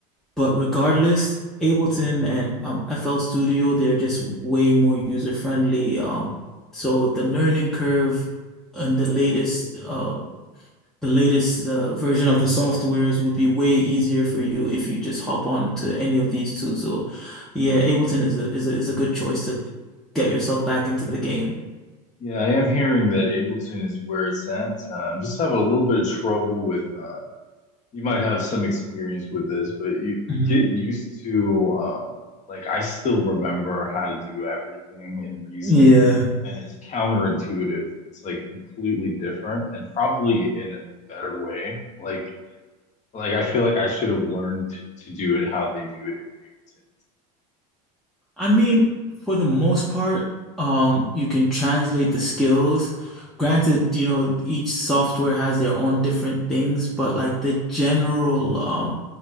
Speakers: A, in the centre; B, on the left (about 35°).
A: but regardless, Ableton and um, FL Studio, they're just way more user friendly. Um, so the learning curve and the latest uh, the latest uh, version of the softwares would be way easier for you if you just hop on to any of these two. So yeah, Ableton is a is a is a good choice to get yourself back into the game.
B: Yeah, I am hearing that Ableton is where it's at. Um, just having a little bit of trouble with uh, you might have some experience with this, but you you
A: Mhm.
B: get used to um like I still remember how to do everything in Reason,
A: Yeah.
B: and it's counterintuitive. It's like completely different and probably in a better way. Like like I feel like I should have learned to, to do it how they do it in Ableton
A: I mean, for the most part, um, you can translate the skills. Granted, you know, each software has their own different things, but like the general um,